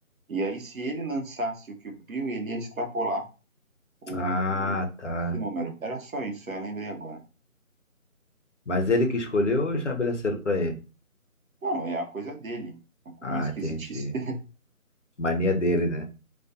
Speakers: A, on the right (about 70°); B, on the left (about 55°).
A: E aí, se ele lançasse o Kill Bill, ele ia extrapolar o,
B: Ah, tá.
A: esse número. Era só isso, eu lembrei agora.
B: Mas ele que escolheu ou estabeleceram pra ele?
A: Não, é a coisa dele.
B: Ah,
A: Uma esquisitice
B: entendi.
A: dele,
B: Mania dele, né?